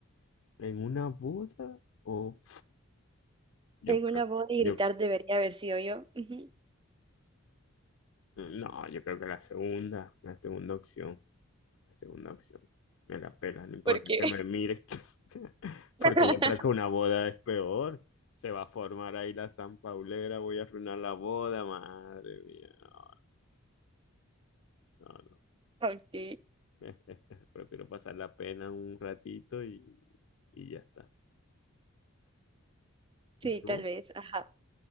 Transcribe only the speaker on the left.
¿En una boda? O yo
creo,
yo,
no, yo creo que la segunda, la segunda opción. La segunda opción. Me la pela, no importa
que me mire. <laughs>
Porque yo creo que una boda es peor. Se va a formar ahí la San Paulera, voy a arruinar la boda, madre mía. No, no, no, no.
<laughs> Prefiero pasar la pena un ratito y, y ya está.
¿Y tú?